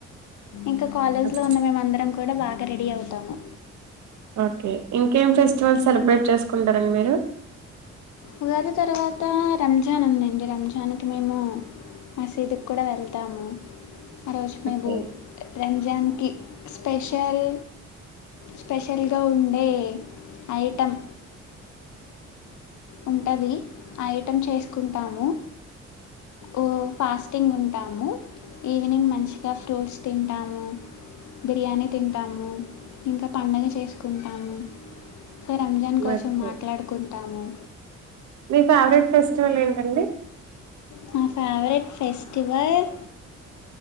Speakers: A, on the left; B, on the right.
A: ఇంక కాలేజ్
B: ఓకే
A: లో ఉన్న మేమందరం కూడా బాగా రెడీ అవుతాము
B: ఓకే ఇంకేం ఫెస్టివల్ సెలబ్రేట్ చేసుకుంటారండి మీరు
A: ఉగాది తర్వాత రంజాన్ ఉందండి రంజాన్కి మేము మసీదుకి కూడా వెళ్తాము ఆ రోజు మేము
B: ఓకే
A: రంజాన్కి స్పెషల్, స్పెషల్గా ఉండే ఐటెమ్ ఉంటది ఐటమ్ చేసుకుంటాము, ఓ ఫాస్టింగ్ ఉంటాము. ఈవినింగ్ మంచిగ ఫ్రూట్స్ తింటాము, బిర్యానీ తింటాము ఇంక పండగ చేసుకుంటాము. సా రంమ్జాన్ కోసం
B: ఓకే
A: మాట్లాడుకుంటాము.
B: మీ ఫేవరెట్ ఫెస్టివల్ ఏంటండి
A: నా ఫేవరెట్ ఫెస్టివల్